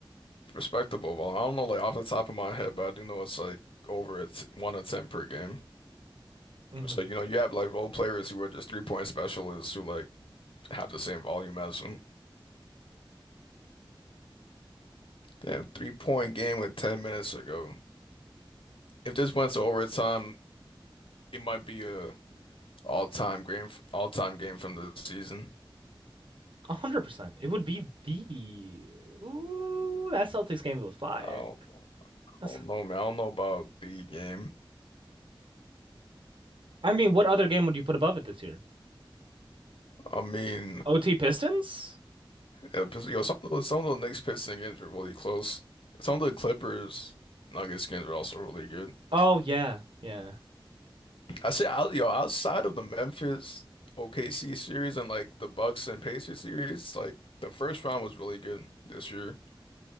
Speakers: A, on the left (about 75°); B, on the right (about 65°).
A: Respectable. Well, I don't know like off the top of my head, but I do know it's like over it's one attempt per game.
B: Mm-hmm.
A: So you know you have like role players who are just three-point specialists who like have the same volume as him. Damn, three-point game with 10 minutes ago. if this went to overtime, it might be a all-time game, all-time game from the season.
B: 100%. It would be the. Ooh, that Celtics game was fire.
A: I don't, I
B: That's...
A: don't know, man. I don't know about the game.
B: I mean, what other game would you put above it this year?
A: I mean,
B: OT Pistons?
A: uh, Pist- yo, some of the, some of the Knicks Pistons games were really close. Some of the Clippers Nuggets games are also really good.
B: Oh, yeah. Yeah.
A: I say, out, yo, outside of the Memphis OKC series and like the Bucks and Pacers series, like the first round was really good this year.